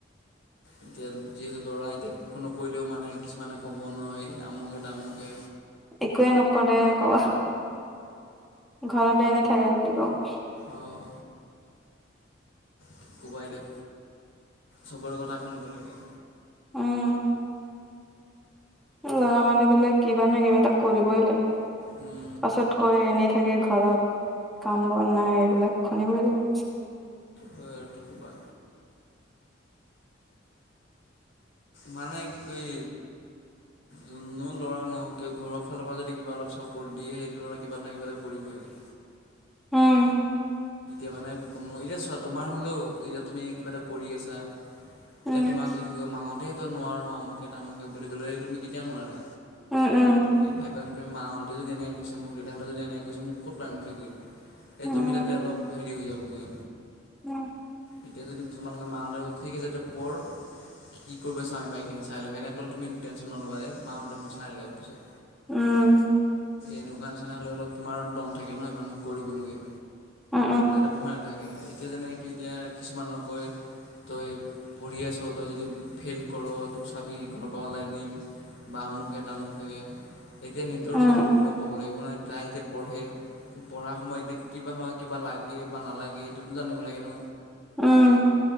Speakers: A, on the left; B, in the centre.
A: এতিয়া যিহেতু ল'ৰা এতিয়া কোনো কৰিলেও মানে কিছুমানে ক'ব নোৱাৰি আমুকে তামুকে
B: একোৱে নকৰে কব ঘৰতে এনে থাকে বুলি কব
A: অঁ কি কবা এতিয়া চবৰে কথা শুনিব লাগে
B: উম, ল'ৰা মানুহ বিলাক কিবা নহয় কিবা এটা কৰিবই লাগে
A: উম
B: পাছত কয় এনেই থাকে ঘৰত কাম বন নাই এইবিলাক শুনিবই লাগে
A: কৈ আৰু কি ক'বা মানে কি কৰি যোনো ল'ৰা নহও কিয় ঘৰৰ ফালৰ পৰা যদি কিবা অলপ চাপৰ্ট দিয়ে সেইটো ল'ৰা কিবা নহয় কিবা এটা কৰিবই <inaudible>
B: উম
A: তাৰ মানে কোনো এতিয়া চোৱা তোমাৰ হ'লেও এতিয়া তুমি কিবা এটা কৰি আছা
B: উম,
A: এয়া তোমাক যদি কয় মাহঁতে তো নোৱাৰোঁ আমুখে তামুখে বুলি ক'লে তুমি কেতিয়াও নোৱাৰা
B: উম, উম,
A: এই ভাইবা তুমি মাহত দে যদি এনে কৈছে মোক দেউাাহঁনে যদি এনোই কৈছে মোক ক'ত পাৰিছছে গৈ এই
B: উম,
A: তুমি তাত অলপ হেৰি হৈ যাবগৈ
B: উম,
A: এতিয়া যদি তোমালোকে মাহঁতে ঠিক ওপৰ কি কৰিব চা এইবাৰএইখিন চাই ল'ম সেনেক'লে তুমি টেনচন নলবা যে মাহঁতে মোক চাই লব পিছত
B: উম
A: এনেকুৱা নিচিনা হ'লে অলপ তোমাৰ দম থাকে ন ইমান কৰিবলগীয়া
B: উম, উম, উম,
A: যাতে ভয় নাথাকে এতিয়া যেনে কি এতিয়া কিছুমানকৈ তই পঢ়ি আছ তই যদি ফেইল কৰ তোক চাবি ঘৰৰ পৰা ওলাই দিম। বা আমুকে তামুকে এতিয়া সিহঁতৰ
B: উম,
A: দুখ লাগিব ন তাই এতিয়া পঢ়ে পঢ়াৰ সময়ত এতিয়া কিবা হয় কিবা লাগে বা নালাগে সেইটোতো জানো শুনিব লাগে ন
B: উম